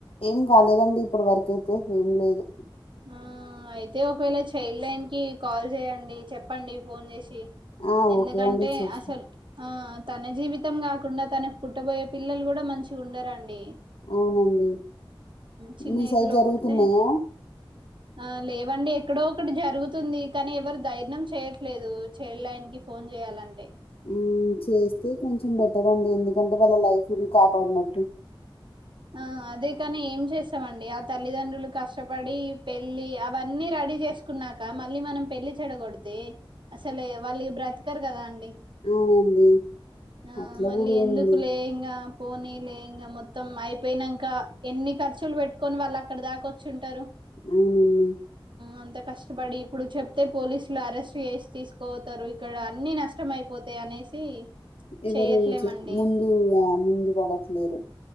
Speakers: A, on the left; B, on the right.
A: ఏం కాలేదండి ఇప్పటి వరకైతే ఏం లేదు.
B: ఆ అయితే ఒకవేళ చైల్డ్ లైన్ కి కాల్ చేయండి చెప్పండి ఫోన్ చేసి
A: ఆ
B: ఎందుకంటే
A: ఓకే అండి చేస్తా
B: అసలు ఆ తన జీవితం కాకుండా తనకు పుట్టబోయే పిల్లలు కూడా మంచిగా ఉండరాండి.
A: అవునండి
B: చిన్న
A: మీ సైడ్
B: ఏజ్ లో
A: జరుగుతున్నాయా
B: పడితే ఆ లేవండి ఎక్కడో ఒకటి జరుగుతుంది. కానీ ఎవరు దైర్నం చేయట్లేదు చైల్డ్ లయాన్ ఫోన్ జేయాలంటే
A: ఉమ్ చేస్తే కొంచెం బెటర్ అండి. ఎందుకంటే వాళ్ళ లైఫ్ని కాపాడినట్టు
B: ఆ అదే కాని ఏం చేస్తమండి ఆ తల్లిదండ్రులు కష్టపడి పెళ్లి అవన్నీ రెడీ చేస్ తీసుకున్నాక మళ్ళీ మనం పెళ్లి చెడ కొడితే అసలే వాళ్ళు ఇగ బ్రతకరు కదా అండి.
A: అవునండి
B: ఆ
A: అట్లా
B: మళ్ళీ
A: కూడా
B: ఎందుకు
A: ఉంది
B: లే ఇంగా పోనీ లే ఇంకా మొత్తం అయిపోయినంక ఎన్ని ఖర్చులు పెట్టుకొని వాళ్ళు అక్కడ దాకావోచ్చుంటారు.
A: అవునన్నీ
B: అంత కష్టపడి ఇప్పుడు చెప్తే పోలీసులు అరెస్ట్ చేసి తీసుకోతారు. ఇక్కడ అన్ని నష్టమయిపో తే అనేసి
A: ఎవరు
B: చెయట్లేమండి
A: చూసి ముందు ఆ ముందు పడట్లేరు.